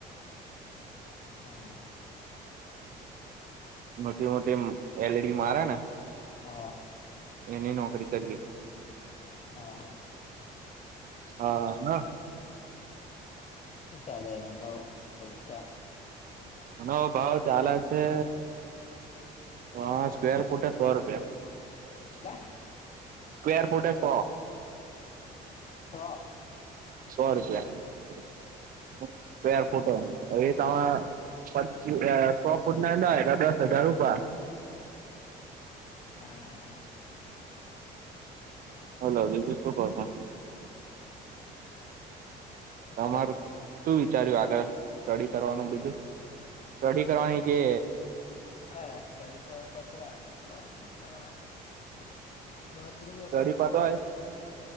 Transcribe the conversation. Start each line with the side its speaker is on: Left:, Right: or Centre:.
Left: હમ્મ.
Right: મોટી-મોટી એમ એલઈડી મારે ને.
Left: હા.
Right: એની નોકરી કરીયે.
Left: હા હા.
Right: હા ના.
Left: શું ચાલે એના ભાવ પૈસા.
Right: એનો ભાવ ચાલે છે. હા સ્ક્વેર ફૂટે સો રૂપિયા સ્ક્વેર
Left: કેટલા
Right: ફૂટે સો.
Left: સો.
Right: સો રૂપિયા સ્ક્વેર ફૂટ હવે તમા પીસ સો ફૂટના દસ એટલે દસ હજાર ઉભા.
Left: <inaudible>
Right: બોલો બીજું શું કોહ છો.
Left: હા
Right: તમારું. શું વિચાર્યું આગળ સ્ટડી કરવાનું બીજું સ્ટડી કરવાની કે
Left: હા સ્ટડી તો પતવા આઈ હવે શું કરવાની. નોકરી વોકરી
Right: સ્ટડી પતવાઈ
Left: કરવાની